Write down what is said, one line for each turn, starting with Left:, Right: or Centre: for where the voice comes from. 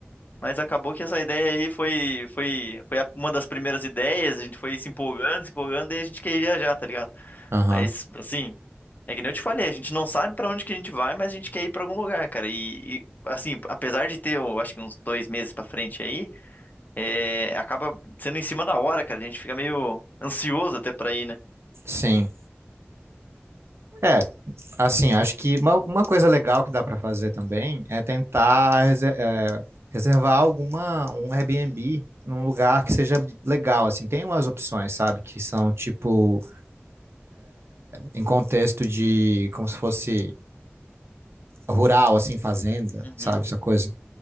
Left: Mas acabou que essa ideia aí foi, foi, foi a- uma das primeiras ideias, a gente foi se empolgando, se empolgando, e a gente quer ir viajar, tá ligado?
Right: aham,
Left: Mas, assim, é que nem eu te falei, a gente não sabe pra onde que a gente vai, mas a gente quer ir pra algum lugar, cara. E, e, assim, apesar de ter, eu acho que uns dois meses pra frente aí, é, acaba sendo em cima da hora, cara. A gente fica meio ansioso até pra ir, né?
Right: sim. É, assim, acho que uma, uma coisa legal que dá para fazer também é tentar reser- é, reservar alguma, um Airbnb num lugar que seja legal, assim, tem umas opções, sabe, que são tipo em contexto de como se fosse rural, assim, fazenda,
Left: Uhum,
Right: sabe, essa coisa